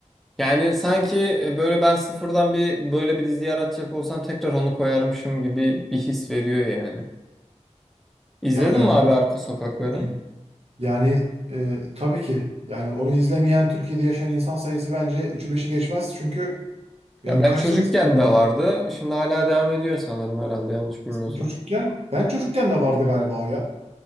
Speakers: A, in the centre; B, on the right.
A: Yani sanki e, böyle ben sıfırdan bir böyle bir dizi yaratacak olsam tekrar onu koyarmışım gibi bir his veriyor yani. İzledin
B: Ya bence
A: mi abi
B: de.
A: Arka Sokakları?
B: <clears throat> yani e, tabii ki yani onu izlemeyen Türkiye'de yaşayan insan sayısı bence üçü beşi geçmez. Çünkü Yani
A: Ya ben
B: kaç
A: çocukken
B: senesinden
A: de vardı.
B: beri?
A: Şimdi hala devam ediyor sanırım herhalde yanlış bilmiyorsam.
B: Sen çocukken, ben çocukken de vardı galiba o ya.